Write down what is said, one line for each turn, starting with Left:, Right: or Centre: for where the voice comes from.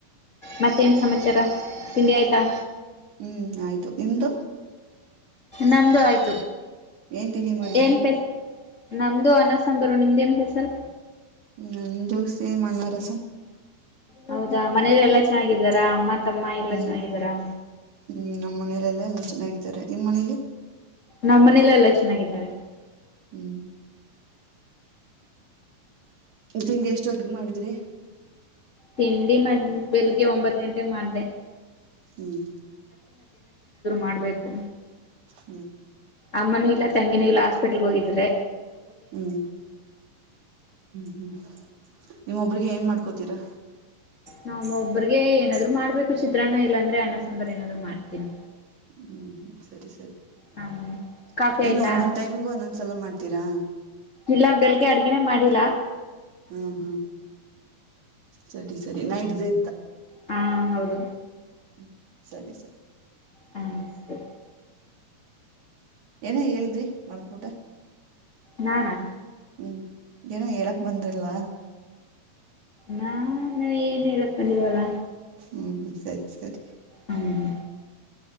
Left: ಮತ್ತೇನ ಸಮಾಚಾರ ತಿಂಡಿ ಆಯ್ತಾ?
Right: ಹ್ಮ್ ಆಯ್ತು ನಿಮ್ದು -
Left: ನಮ್ದು ಆಯ್ತು.
Right: ಏನ್ ತಿಂಡಿ ಮಾಡಿದ್ರಿ?
Left: ಏನ್ ಫೆಸ್ ನಮ್ದು ಅನ್ನ ಸಾಂಬಾರು ನಿಮ್ದೇನು ಸ್ಪೆಯಲ್?
Right: ನಮ್ದು ಸೇಮ್ ಅನ್ನ ರಸಂ.
Left: ಹೌದಾ ಮನೇಲಿ ಎಲ್ಲಾ ಚೆನ್ನಾಗಿದ್ದಾರಾ ಅಮ್ಮ ತಮ್ಮ ಎಲ್ಲಾ
Right: ಹ್ಮ್
Left: ಚೆನ್ನಾಗಿದ್ದಾರ.
Right: ಹ್ಮ್ ನಮ್ಮ್ ಮನೇಲೆಲ್ಲ ಎಲ್ಲ ಚೆನ್ನಾಗಿದ್ದಾರೆ ನಿಮ್ಮ್ ಮನೇಯಲ್ಲಿ?
Left: ನಮ್ಮ್ ಮನೆಯಲ್ಲ ಎಲ್ಲ ಚೆನ್ನಾಗಿದ್ದಾರೆ.
Right: ಹ್ಮ್. ತಿಂಡಿ ಎಷ್ಟೊದಿಗ್ ಮಾಡಿದ್ರಿ.
Left: ತಿಂಡಿ ಮ ಬೆಳಿಗ್ಗೆ ಒಂಬತ್ ಗಂಟೆಗೆ ಮಾಡ್ದೆ.
Right: ಹ್ಮ್.
Left: ಮಾಡ್ಬೇಕು
Right: ಹ್ಮ್.
Left: ಅಮ್ಮನೂ ಇಲ್ಲ ತಂಗಿನೂ ಇಲ್ಲ ಹಾಸ್ಪಿಟಲ್ಗೆ ಹೋಗಿದರೆ
Right: ಹ್ಮ್ ಹ್ಮ್ ನಿಮ್ಮೊಬ್ರಿಗೆ ಏನ್ ಮಾಡ್ತ ಕೋತೀರಾ
Left: ನಾವ ಒಬ್ಬ್ರಗೆ ಏನಾದ್ರು ಮಾಡ್ಬೇಕು ಚಿತ್ರಾನ್ನ ಇಲ್ಲಾಂದ್ರೆ ಅನ್ನ ಸಾಂಬಾರ್ ಏನಾದ್ರು ಮಾಡ್ತೀನಿ
Right: ಹ್ಮ್ ಹ್ಮ್ ಸರಿ ಸರಿ
Left: ಹ ಕಾಫಿ ಆಯ್ತಾ
Right: ಇನ್ ಒಂದೊಂದ್ ಟೈಮ್ಗೆ ಒಂದೊಂದ್ಸಲ ಮಾಡ್ತೀರಾ
Left: ಇಲ್ಲ ಬೆಳಗ್ಗೆ ಅಡ್ಗನೆೇ ಮಾಡಿಲ್ಲಾ
Right: ಹ್ಮ್ ಹ್ಮ್ ಸರಿ ಸರಿ ನೈಟ್ ದು
Left: ಹಾ ಹೌದು
Right: ಹ್ಮ ಸರಿ ಸರಿ
Left: ಹು ಸರಿ
Right: ಏನ ಹೇಳಿದ್ರಿ ಮರ್ತ್ಬಿಟ್ಟೆ
Left: ನಾನಾ
Right: ಹ್ಮ್ ಏನೋ ಹೇಳಕ್ ಬಂದ್ರಲ್ಲ
Left: ನಾ ನಾನ್ ಏನು ಹೇಳಕ್ ಬಂದಿಲ್ವಲ್ಲ
Right: ಹ್ಮ್ ಹ್ಮ್ ಸರಿ ಸರಿ
Left: ಹ್ಮ್